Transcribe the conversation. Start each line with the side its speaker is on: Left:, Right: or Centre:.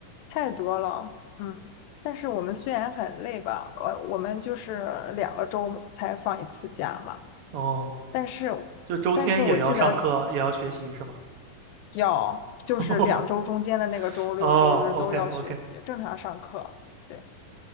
Left: 太多了，嗯。但是我们虽然很累吧，我我们就是两个周才放一次假嘛。
Right: 哦，
Left: 但是，
Right: 就周天也要上课，
Left: 但是我记得
Right: 也要学习是吗？
Left: 要就是两周中间的那个周六周日都要学习，
Right: <laughs> 哦，OK OK，
Left: 正常上课。对，